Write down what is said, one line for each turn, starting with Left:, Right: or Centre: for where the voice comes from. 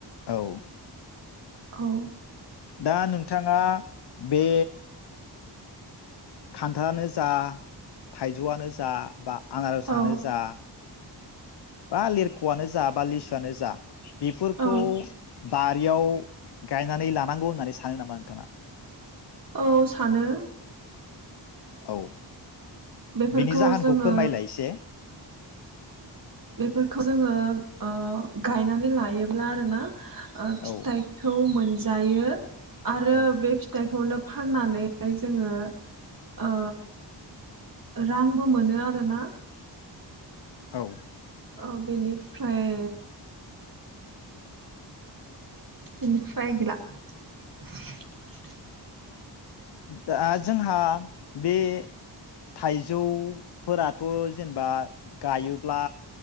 Left: औ।
Right: औ।
Left: दा नोंथाङा बे खान्थालानो जा थाइजौआनो जा बा आंनारसानो
Right: औ
Left: जा बा लिरख'आनो जा बा लिसुआनो जा बेफोरखौ
Right: औ
Left: बारियाव गायनानै लानांगौ होननानै सानो नामा नोंथाङा
Right: औ सानो
Left: औ
Right: बेफोरखौ
Left: बिनि जाहोनखौ
Right: जोङो
Left: फोरमायलाय एसे
Right: बेफोरखौ जोङो ओ गायनानै लायोब्ला आरो ना फिथाइखौ
Left: औ
Right: मोन जायो आरो
Left: औ
Right: बे फिथाइखौनो फाननानै <inaudible> जोङो ओ रांबो मोनो आरोना
Left: औ
Right: ओ बेनिफ्राय इनिफ्राय गैला <inaudible>
Left: दा जोंहा बे थाइजौफोराथ' जेनेबा गायोब्ला